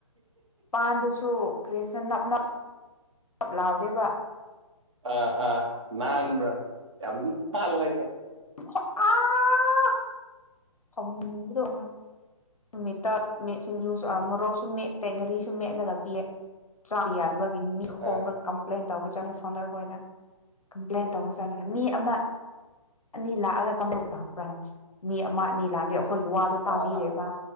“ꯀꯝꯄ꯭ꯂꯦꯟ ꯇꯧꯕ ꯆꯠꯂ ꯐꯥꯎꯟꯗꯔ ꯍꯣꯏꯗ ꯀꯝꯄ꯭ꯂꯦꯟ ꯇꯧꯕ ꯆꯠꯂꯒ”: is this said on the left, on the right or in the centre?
Left